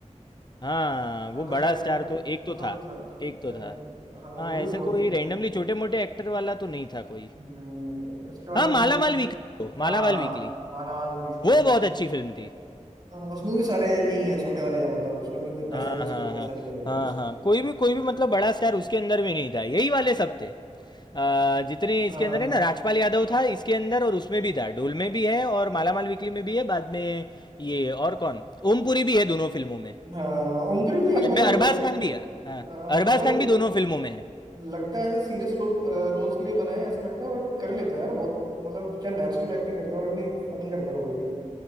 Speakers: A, on the left (about 35°); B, on the right (about 35°).
A: हाँ
B: हाँ
A: वो
B: तो शाहिद
A: बड़ा स्टार
B: कपूर
A: तो एक तो था
B: तो था
A: एक तो
B: शाहिद
A: था
B: कपूर हाँ
A: हाँ
B: वो
A: ऐसे
B: भी बहुत
A: कोई
B: बढ़िया
A: रैंडमली
B: है
A: छोटे मोटे एक्टर वाला तो नहीं था कोई
B: नहीं नहीं उसके बाद
A: हाँ
B: एक
A: मालामाल
B: वो-
A: वीकली मालामाल
B: हाँ
A: वीकली
B: माला माल निकली
A: वो
B: में भी
A: बहुत अच्छी फिल्म थी
B: हाँ, उसमें भी सारे यही है छोटे वाले हैं मतलब उसमें भी कोई इतना
A: हाँ,
B: फेमस
A: हाँ,
B: होता
A: हाँ।
B: है ऐसा नहीं है
A: हाँ,
B: कुछ
A: हाँ। कोई भी कोई भी मतलब बड़ा स्टार उसके अंदर में नहीं था यही वाले सब थे अ, जितने इसके
B: हाँ
A: अंदर है ना राजपाल यादव था इसके अंदर और उसमें भी था ढोल में भी है और माला माल वीकली में भी है बाद में ये और कौन ओमपुरी भी है दोनों फिल्मों में
B: हाँ ओमपुरी भी यार
A: बाद
B: मतलब
A: में अरबाज
B: लग
A: खान भी है हाँ
B: अ,
A: अरबाज
B: मतलब
A: खान भी दोनों फिल्मों में है
B: लगता है ऐसे सीरियस रोल्स के लिए बनाया है ऐसा लगता है बट कर लेता है यार बहुत मतलब क्या नेचुरल एक्टिंग करता है और इतनी फनी करता है वो भी